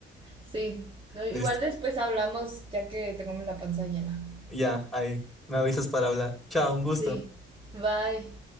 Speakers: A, on the right (about 25°); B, in the centre.
A: Sí, No, igual
B: Listo.
A: después hablamos ya que tengamos la panza llena.
B: Ya, ahí. Me avisas para hablar. Chao, un gusto.
A: Sí, bye.